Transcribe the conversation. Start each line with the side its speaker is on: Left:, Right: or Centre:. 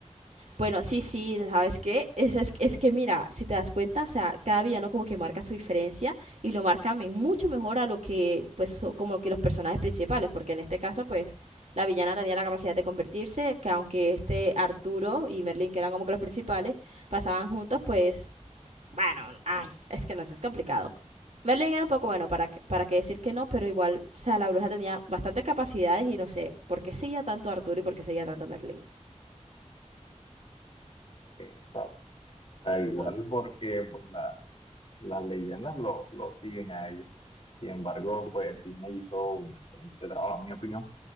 Right: Bueno, sí, sí, ¿sabes qué? Es, es, es que mira, si te das cuenta, o sea, cada villano como que marca su diferencia y lo marca me- mucho mejor a lo que, pues, so- como que los personajes principales, porque en este caso, pues, la villana tenía la capacidad de convertirse, que aunque este Arturo y Merlin, que eran como que los principales, pasaban juntos, pues bueno, ay, es que no sé, es complicado. Merlin era un poco bueno, para, qué- para qué decir que no, pero igual, o sea, la bruja tenía bastantes capacidades y no sé por qué seguía tanto a Arturo y por qué seguía tanto a Merlin.
Left: Eh, está, está igual
Right: No-
Left: porque pues, la- las leyendas lo, lo siguen a ellos. Sin embargo, pues Disney hizo un excelente trabajo, en mi opinión,